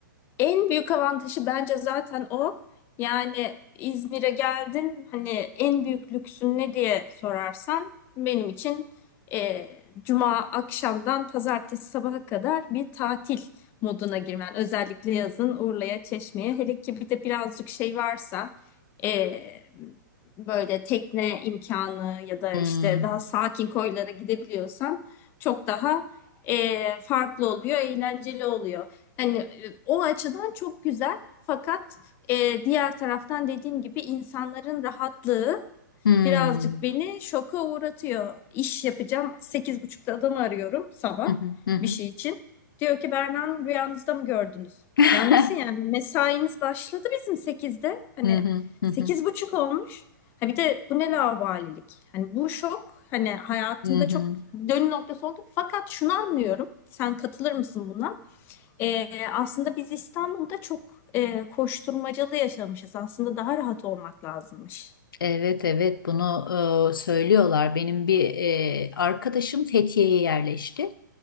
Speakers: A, on the left; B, on the left.
A: En büyük avantajı bence zaten o. Yani İzmir'e geldin hani en büyük lüksün ne diye sorarsan benim için e, cuma akşamdan pazartesi sabaha kadar bir tatil moduna girmen. Özellikle yazın Urla'ya, Çeşme'ye hele ki bir de birazcık şey varsa e, böyle tekne imkanı ya da
B: Hmm.
A: işte daha sakin koylara gidebiliyorsan çok daha e, farklı oluyor, eğlenceli oluyor. Hani e, o açıdan çok güzel. Fakat e, diğer taraftan dediğim gibi insanların rahatlığı
B: Hmm.
A: birazcık beni şoka uğratıyor. İş yapacağım. sekiz buçuk'ta adamı arıyorum sabah
B: Hı hı hı. hı.
A: bir şey için. Diyor ki Berna Hanım rüyanızda mı gördünüz?
B: <laughs>
A: Ya nasıl yani? Mesaimiz başladı bizim sekizde Hani
B: Hı hı hı
A: sekiz
B: hı.
A: buçuk olmuş. Ha bir de bu ne laubalilik? Hani bu şok hani hayatımda
B: Hı hı.
A: çok dönüm noktası oldu. Fakat şunu anlıyorum. Sen katılır mısın buna? Ee, aslında biz İstanbul'da çok e, koşturmacalı yaşamışız. Aslında daha rahat olmak lazımmış.
B: Evet evet bunu e, söylüyorlar. Benim bir e, arkadaşım Fethiye'ye yerleşti.